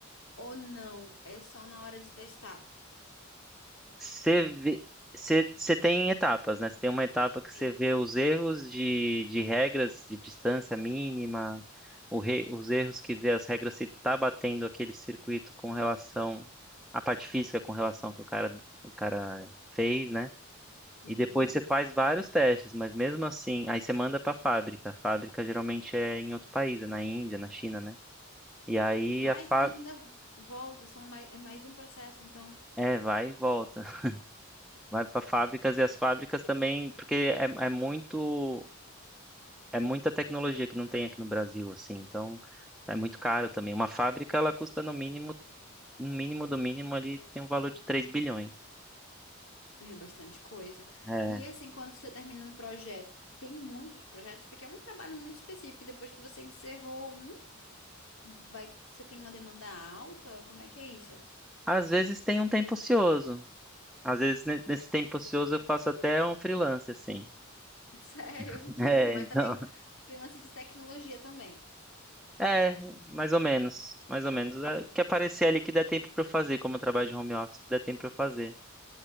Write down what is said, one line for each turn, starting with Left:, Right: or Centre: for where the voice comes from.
Left: ou não. É só na hora de testar.
Centre: Você vê, você, você tem etapas, né? Você tem uma etapa que você
Left: Sim.
Centre: vê os erros de, de regras de distância mínima, o re- os erros que vê as regras se tá batendo aquele circuito com relação à parte física, com relação ao que o cara, o cara fez, né?
Left: Uhum.
Centre: E depois você faz vários testes, mas mesmo assim, aí você manda para a fábrica. A fábrica geralmente é em outro país, é na Índia, na China, né? E aí
Left: Vai
Centre: a fábrica.
Left: e ainda volta, são mais, é mais um processo, então
Centre: É, vai e volta. Vai para fábricas e as fábricas também, porque é, é muito é muita tecnologia que não tem aqui no Brasil, assim. Então é muito caro também. Uma fábrica ela custa no mínimo, no mínimo do mínimo ali tem um valor de 3 bilhões.
Left: é bastante coisa.
Centre: É.
Left: E assim, quando você termina um projeto, tem muitos projetos, porque é um trabalho muito específico. Depois que você encerrou um, vai, você tem uma demanda alta? Como é que é isso?
Centre: Às vezes tem um tempo ocioso. Às vezes ne- nesse tempo ocioso eu faço até um freelance assim.
Left: <laughs> Sério,
Centre: <laughs>
Left: que
Centre: É,
Left: bom. Mas
Centre: então.
Left: também co- freelance de tecnologia também.
Centre: É, mais ou menos, mais ou menos. É, o que aparecer ali que der tempo para eu fazer, como eu trabalho de home office, que der tempo para eu fazer,